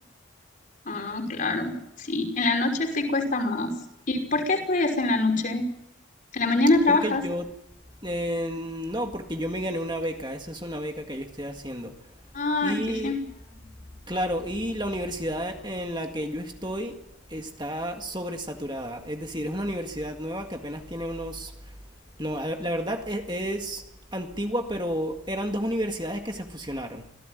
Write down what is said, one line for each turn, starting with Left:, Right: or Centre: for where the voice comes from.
Left: Ah, claro, sí. En la noche sí cuesta más. ¿Y por qué estudias en la noche? ¿En la mañana trabajas?
Right: Porque yo, eh, no, porque yo me gané una beca, esa es una beca que yo estoy haciendo.
Left: Ah,
Right: Y
Left: qué genial.
Right: Claro, y la universidad en la que yo estoy está sobresaturada. Es decir, es una universidad nueva que apenas tiene unos... No, la la verdad es, es antigua, pero eran dos universidades que se fusionaron.